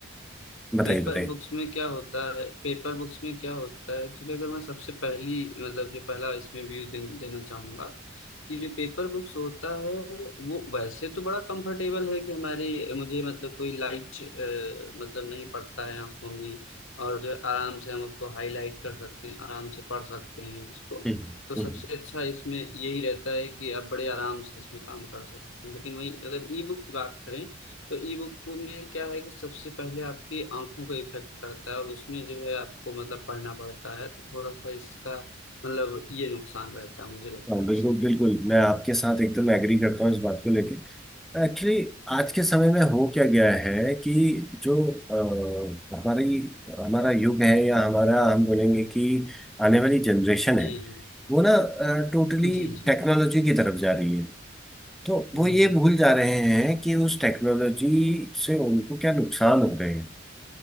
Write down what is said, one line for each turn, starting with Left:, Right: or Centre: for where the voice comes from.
Centre: बताइए
Left: पेपर
Centre: बताइए
Left: बुक्स में क्या होता है पेपर बुक्स में क्या होता है एक्चुअली अगर मैं सबसे पहली मतलब जो पहला इसमें व्यू दे, देना चाहूंगा कि जो पेपर बुक्स होता है वो वैसे तो बड़ा कंफर्टेबल है कि हमारे मुझे मतलब कोई लाइट मतलब नहीं पड़ता है आंखों में और जो है आराम से हम उसको हाईलाइट कर सकते हैं आराम से पढ़ सकते हैं उसको
Centre: हम्म,
Left: तो सबसे
Centre: हम्म।
Left: अच्छा इसमें यही रहता है कि आप बड़े आराम से इसमें काम कर सकते हैं लेकिन वही अगर ई बुक की बात करें तो ई बुक में क्या है कि सबसे पहले आपकी आंखों को इफेक्ट करता है और उसमें जो है आपको मतलब पढ़ना पड़ता है तो थोड़ा सा इसका मतलब ये नुकसान रहता है मुझे लगता
Centre: हाँ,
Left: है
Centre: बिल्कुल
Left: ऐसा
Centre: बिल्कुल मैं आपके साथ एकदम एग्री करता हूँ इस बात को लेके एक्चुअली आज के समय में हो क्या गया है कि जो अ, हमारी हमारा युग है या हमारा हम बोलेंगे कि आने वाली जनरेशन
Left: जी
Centre: है वो ना टोटली
Left: जी जी जी
Centre: टेक्नोलॉजी की तरफ जा रही है तो
Left: हम्म
Centre: वो ये भूल जा रहे हैं कि उस टेक्नोलॉजी से उनको क्या नुकसान हो रहे हैं